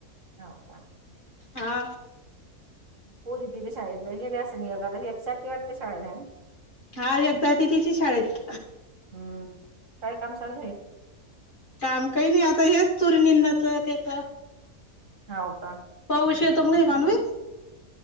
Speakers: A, on the right; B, on the left.
A: हो का
B: हा.
A: पोरी तिच्या शाळेतला गेले असत नाही बग आता हेपच्यााती वाटते शाळला
B: हा एकदा तिथीची शाळेत.
A: हम्म काय काम चालूय?
B: काम काही नाही आता हेच चुरीणींनाच त्याचा
A: हाव का?
B: पाऊस येतो पण एणवे.